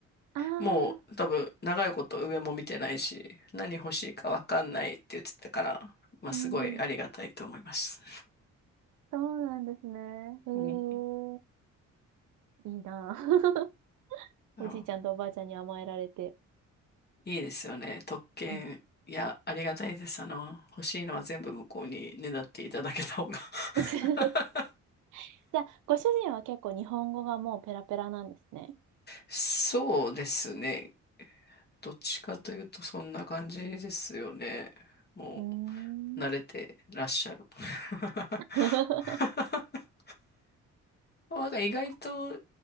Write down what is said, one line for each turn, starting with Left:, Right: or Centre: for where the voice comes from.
Right: ああ、
Left: もう多分長いこと上も見てないし、何欲しいかわかんないって言ってたから、まあすごいありがたいと思います。
Right: うん。そうなんですね。へえ、
Left: うん、
Right: いいなあ。<laughs>
Left: あの
Right: おじいちゃんとおばあちゃんに甘えられて。
Left: いいですよね。特権。
Right: うん。
Left: いや、ありがたいです。あの、欲しいのは全部向こうにねだっていただけた方が
Right: <laughs> じ
Left: <laughs>
Right: ゃあ、ご主人は結構日本語がもうペラペラなんですね。
Left: そうですね。どっちかというとそんな感じですよね。も
Right: うー
Left: う、慣れてらっしゃる。
Right: ん。
Left: <laughs>
Right: <laughs>
Left: なんか意外と
Right: そうか。